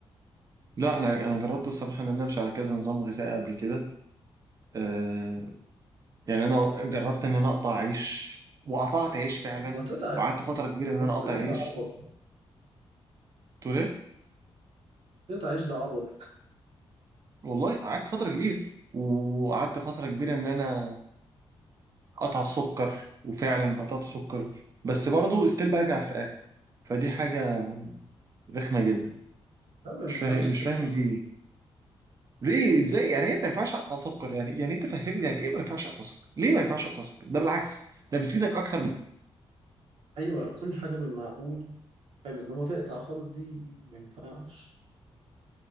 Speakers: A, on the right (about 35°); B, on the right (about 85°).
A: لا انا انا جربت الصراحه ان انا امشي على كذا نظام غذائي قبل كده آه يعني انا جربت ان انا اقطع عيش وقطعت عيش فعلا
B: ما تقطع
A: وقعدت فتره كبيره ان
B: ما
A: انا
B: تقطعيش
A: اقطع عيش
B: ده عبط
A: تقول ايه
B: تقطعيش ده عبط
A: والله قعدت فتره كبيره وقعدت فتره كبيره ان انا قطع السكر وفعلا قطعت سكر بس برضه استيل برجع في الاخر فدي حاجه رخمه جدا
B: لا ما ينفعش
A: مش فاهم مش
B: تقطع
A: فاهم
B: سكر
A: ليه ليه ازاي يعني ايه ما ينفعش اقطع سكر يعني يعني انت فهمني يعني ايه ما ينفعش اقطع سكر ليه ما ينفعش اقطع سكر ده بالعكس ده بتفيدك اكتر ب...
B: أيوة كل حاجة بالمعقول حلو إنما تقطع خالص دي ما ينفعش